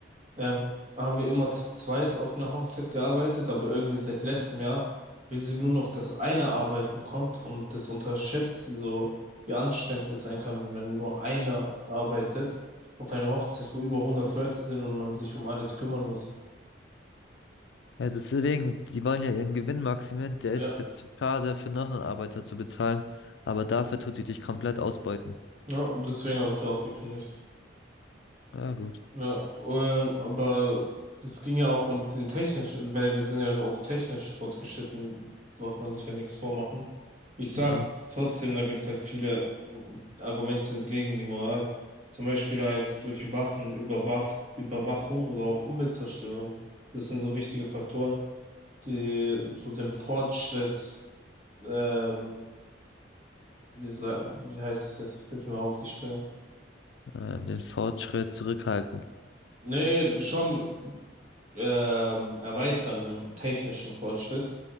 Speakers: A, on the right (about 40°); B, on the left (about 70°).
A: ähm, haben wir immer zu zweit auf einer Hochzeit gearbeitet, aber irgendwie seit letztem Jahr will sie nur noch das eine Arbeiten kommt und das unterschätzt sie so, wie anstrengend das sein kann, wenn nur einer arbeitet auf einer Hochzeit, wo über hundert Leute sind und man sich um alles kümmern muss.
B: Ja, deswegen, die wollen ja ihren Gewinn maximieren. Der
A: Ja.
B: ist es jetzt zu schade, für noch einen Arbeiter zu bezahlen, aber dafür tut die dich komplett ausbeuten.
A: Ja, deswegen habe ich da auch gekündigt.
B: Ja, gut.
A: Ja, ähm, aber das ging ja auch um den technisch, weil wir sind ja auch technisch fortgeschritten, darf man sich ja nichts vormachen. Ich sag
B: Ja,
A: trotzdem, da gibt's halt viele äh, Argumente gegen die Moral. Zum Beispiel halt durch Waffen, Überwaff Überwachung oder auch Umweltzerstörung. Das sind so wichtige Faktoren, die so dem Fortschritt, ähm, wie, sa- wie heißt es jetzt? Hilf mir mal auf die Sprünge.
B: ähm, den Fortschritt zurückhalten.
A: Nee, schon ähm, erweitern, den technischen Fortschritt,